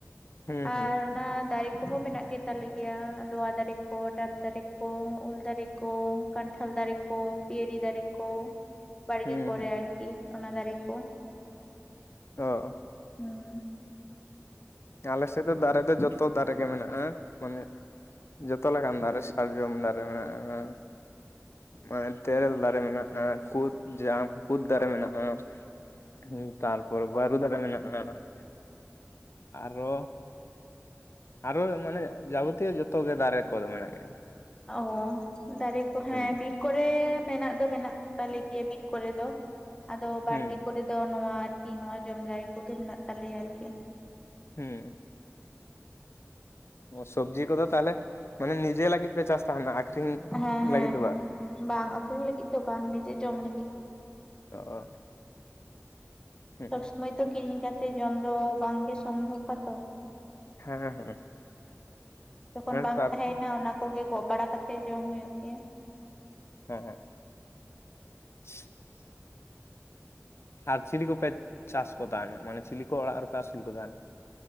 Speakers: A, on the left (about 60°); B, on the left (about 15°).
A: ᱦᱩᱸ ᱦᱩᱸ
B: ᱟᱨ ᱚᱱᱟ ᱫᱟᱨᱮ ᱠᱚᱦᱚᱸ ᱢᱮᱱᱟᱜ ᱜᱮᱛᱟᱞᱮ ᱜᱮᱭᱟ ᱞᱚᱣᱟ ᱫᱟᱨᱮ ᱠᱚ ᱰᱟᱵᱽ ᱫᱟᱨᱮ ᱠᱚ ᱩᱞ ᱫᱟᱨᱮ ᱠᱚ ᱠᱟᱱᱴᱷᱟᱲ ᱫᱟᱨᱮ ᱠᱚ ᱯᱤᱭᱟᱹᱨᱤ ᱫᱟᱨᱮ ᱠᱚ ᱵᱟᱲᱜᱮ
A: ᱦᱩᱸ
B: ᱠᱚᱨᱮ
A: ᱦᱩᱸ
B: ᱟᱨᱠᱤ ᱚᱱᱟ ᱫᱟᱨᱮ ᱠᱚ᱾
A: ᱚ
B: ᱦᱩᱸ
A: ᱟᱞᱮ ᱥᱮᱫ ᱫᱚ ᱫᱟᱨᱮ ᱫᱚ ᱡᱚᱛᱚ ᱫᱟᱨᱮ ᱜᱮ ᱢᱮᱱᱟᱜᱼᱟ᱾ ᱢᱟᱱᱮ ᱡᱚᱛᱚ ᱞᱮᱠᱟᱱ ᱫᱟᱨᱮ ᱥᱟᱨᱡᱚᱢ ᱫᱟᱨᱮ ᱢᱮᱱᱟᱜᱼᱟ᱾ ᱢᱟᱱᱮ ᱛᱮᱨᱮᱞ ᱫᱟᱨᱮ ᱢᱮᱱᱟᱜᱼᱟ᱾ ᱠᱩᱫ ᱡᱟᱢ ᱠᱩᱫ ᱫᱟᱨᱮ ᱢᱮᱱᱟᱜᱼᱟ᱾ ᱦᱩᱸ ᱛᱟᱞᱯᱚᱨ ᱵᱟᱹᱨᱩ ᱫᱟᱨᱮ ᱢᱮᱱᱟᱜ ᱟ ᱾ ᱟᱨᱚ ᱟᱨᱚ ᱢᱟᱱᱮ ᱡᱟᱵᱚᱛᱤᱭᱚ ᱡᱚᱛᱚᱜᱮ ᱫᱟᱨᱮ ᱠᱚᱫᱚ ᱢᱮᱱᱟᱜ ᱜᱮᱭᱟ᱾
B: ᱟ ᱦᱚᱸ ᱫᱟᱨᱮ ᱠᱚ ᱦᱮᱸ
A: ᱦᱩᱸ
B: ᱵᱤᱨ ᱠᱚᱨᱮ ᱵᱮᱱᱟᱜ ᱫᱚ ᱢᱮᱱᱟᱜ ᱛᱟᱞᱮ ᱜᱮᱭᱟ ᱵᱤᱨ ᱠᱚᱨᱮ ᱫᱚ ᱟᱫᱚ
A: ᱦᱩᱸ
B: ᱫᱚ ᱱᱚᱣᱟ ᱟᱨᱠᱤ ᱱᱚᱣᱟ ᱡᱚᱢᱡᱟᱭ ᱠᱚᱜᱮ ᱢᱮᱱᱟᱜ ᱛᱟᱞᱮᱭᱟ ᱟᱨᱠᱤ᱾
A: ᱦᱩᱸ ᱥᱚᱵᱽᱡᱤ ᱠᱚᱫᱚ ᱛᱟᱦᱚᱞᱮ ᱢᱟᱱᱮ ᱱᱤᱡᱮ ᱞᱟᱹᱜᱤᱫ ᱯᱮ ᱪᱟᱥ ᱛᱟᱦᱮᱱᱟ ᱟᱠᱷᱨᱤᱧ
B: ᱦᱮᱸ ᱦᱮᱸ
A: ᱞᱟᱹᱜᱤᱫ ᱫᱚ
B: ᱦᱮᱸ
A: ᱵᱟᱝ᱾
B: ᱵᱟᱝ ᱟᱹᱠᱷᱨᱤᱧ ᱞᱟᱹᱜᱤᱫ ᱫᱚ ᱵᱟᱝ ᱱᱤᱡᱮ ᱡᱚᱢ ᱞᱟᱹᱜᱤᱫ᱾
A: ᱚ ᱦᱩᱸ
B: ᱥᱚᱵᱽ ᱥᱩᱢᱚᱭ ᱛᱚ ᱠᱤᱨᱤᱧ ᱠᱟᱛᱮᱜ ᱡᱚᱢ ᱫᱚ ᱵᱟᱝᱜᱮ ᱥᱚᱢᱵᱷᱚᱵᱼᱟᱛᱚ᱾
A: ᱦᱮᱸ ᱦᱮᱸ
B: ᱡᱚᱠᱷᱚᱱ
A: ᱦᱮᱸ
B: ᱵᱟᱝ
A: ᱛᱟᱨᱯᱚᱨ
B: ᱛᱟᱦᱮᱸᱭᱮᱱᱟ ᱚᱱᱟ ᱠᱚᱜᱮ ᱜᱚᱜ ᱵᱟᱲᱟ ᱠᱟᱛᱮᱜ ᱡᱚᱢ ᱦᱩᱭᱩᱜ ᱛᱤᱧᱟᱹ᱾
A: ᱦᱮᱸ ᱦᱸ <unintelligible> ᱟᱨ ᱪᱤᱞᱤ ᱠᱚᱯᱮ ᱪᱟᱥ ᱠᱚ ᱛᱟᱱ ᱢᱟᱱᱮ ᱪᱤᱞᱤ ᱠᱚ ᱚᱲᱟᱜ ᱨᱮᱯᱮ ᱟᱹᱥᱩᱞ ᱠᱚ ᱛᱟᱦᱮᱱᱟ᱾